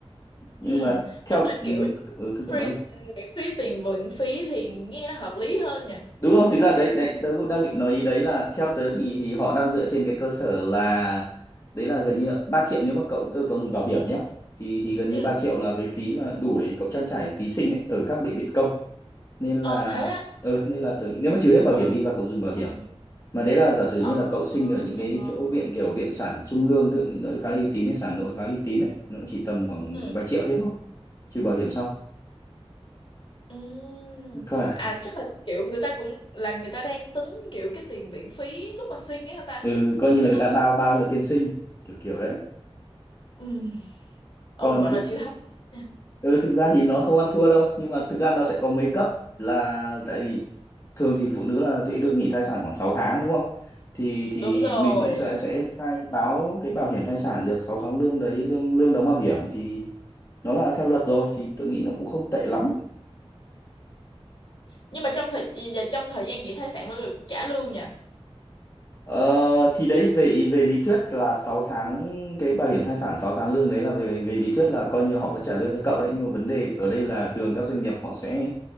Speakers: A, on the left; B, on the left.
A: nhưng
B: ừ
A: mà theo
B: nếu mà
A: ừ,
B: kiểu
A: ừ, thưa cậu
B: free
A: nói đi.
B: miễn phí tiền viện phí thì nghe nó hợp lý hơn nha
A: đúng rồi thực ra đấy đấy tớ cũng đang định nói ý đấy là theo tớ thì, thì họ đang dựa trên cái cơ sở là đấy là gần như là 3 triệu nếu mà cậu tớ cậu dùng bảo hiểm nhá thì thì gần như
B: ừ
A: 3 triệu là cái phí mà đủ để cậu trang trải phí sinh ấy, ở các bệnh viện công nên
B: ờ
A: là
B: thế á
A: ờ nên là tớ, nghĩ- nếu mà trừ hết bảo
B: ờ
A: hiểm đi và cậu dùng bảo
B: ờ
A: hiểm mà đấy là giả sử
B: ờ
A: như là cậu sinh
B: ờ,
A: ở những
B: ờ.
A: cái chỗ
B: ờ.
A: viện kiểu viện sản trung ương tức là những nơi khá là uy tín hay sản nội khá uy tín ấy nó chỉ tầm khoảng
B: ừ
A: vài triệu thế thôi trừ bảo hiểm xong
B: Ừm.
A: coi là,
B: À chắc là kiểu người ta cũng là người ta đang tính kiểu cái tiền viện phí lúc mà sinh ấy hả ta?
A: ừ, coi như
B: Cái
A: là người
B: số
A: ta bao
B: tiền.
A: bao cho tiền sinh kiểu kiểu đấy
B: Ừm. Ôi
A: còn
B: vẫn
A: thực
B: là chưa hấp dẫn nha.
A: Ừ, thực ra thì nó không ăn thua đâu nhưng mà thực ra nó sẽ có mấy cấp là tại vì thường thì phụ nữ là sẽ được nghỉ thai sản khoảng 6 tháng đúng không thì thì
B: Đúng rồi.
A: mình cũng sẽ sẽ khai báo cái bảo hiểm thai sản được 6 tháng lương đấy lương lương đóng bảo hiểm thì nó là theo luật rồi thì tôi nghĩ nó cũng không tệ lắm
B: Nhưng mà trong thời và trong thời gian nghỉ thai sản vẫn được trả lương nha.
A: Ờ, thì đấy về về lý thuyết là 6 tháng cái bảo hiểm thai sản 6 tháng lương đấy là về về lý thuyết là coi như là họ vẫn trả lương cho cậu đấy nhưng mà vấn đề ở đây là thường các doanh nghiệp họ sẽ